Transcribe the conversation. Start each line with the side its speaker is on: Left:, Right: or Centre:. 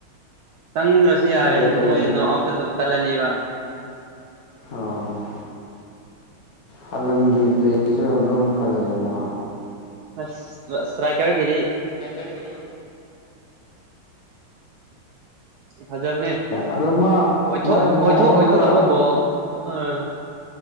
Right: ꯆꯪꯗ꯭ꯔꯁꯨ ꯌꯥꯔꯦꯅꯀꯣ
Left: ꯀꯩ ꯀꯩ
Right: ꯃꯣꯏ ꯅꯣ ꯑꯥꯎꯠꯇ ꯑꯗꯨꯝ ꯆꯠꯂꯅꯦꯕ꯫
Left: ꯑꯣ꯫ ꯍꯂꯟꯒꯤ ꯄ꯭ꯂꯦꯁꯨ ꯑꯗꯨꯝ ꯐꯖꯩꯀꯣ꯫
Right: ꯑꯁ ꯁꯇꯔꯥꯏꯀꯥꯒꯤꯗꯤ
Left: ꯒꯒꯤꯗꯤ
Right: ꯐꯖꯕꯅꯦ
Left: ꯑꯗꯨꯗ ꯃꯥ
Right: ꯑꯣꯏꯊꯣꯛ
Left: ꯃꯥꯏ ꯃꯑꯣꯡꯗ
Right: ꯑꯣꯏꯊꯣꯛ ꯑꯣꯏꯊꯣꯛꯇꯕ ꯒꯣꯜ ꯑꯥ